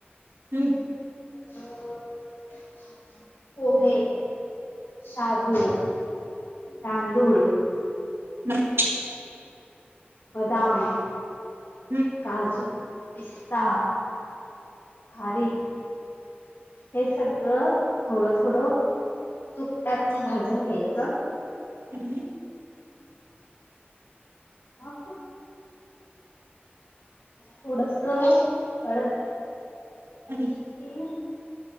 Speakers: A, on the right (about 70°); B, on the left (about 65°).
A: हम्म
B: घरी येऊन जा पोहे शाबू तांदूळ
A: अच्छ
B: बदाम
A: म
B: काजू पिस्ता खारीक हे सगळं थोडं थोडं तूप टाकून भाजून घ्यायचं
A: हम्म
B: ह थोडस हळद
A: अ
B: थोडीशी